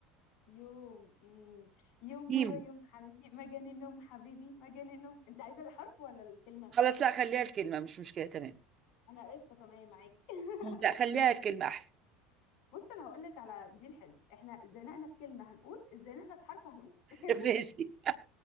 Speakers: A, on the left; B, on the right.
A: يوم مم. يوم
B: ميم
A: ورا يوم حبيبي مجان النوم حبيبي مجان النوم انت عايزة الحرف ولا الكلمة
B: خلاص لا خليها الكلمة مش مشكلة تمام
A: انا قشطة تمام معاكي <laughs>
B: لا خليها الكلمة احلى
A: بص انا هقول لك على دي الحلو احنا زنقنا في كلمة هنقول زنقنا في حرف هنقول <laughs>
B: <laughs> ماشي